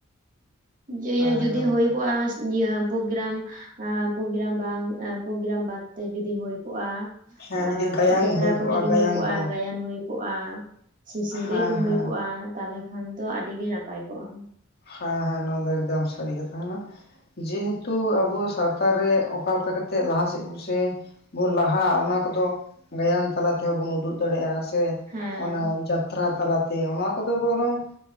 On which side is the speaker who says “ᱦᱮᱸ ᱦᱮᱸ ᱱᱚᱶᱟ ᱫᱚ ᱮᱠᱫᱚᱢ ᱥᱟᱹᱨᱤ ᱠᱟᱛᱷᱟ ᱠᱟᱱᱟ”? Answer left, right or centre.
Left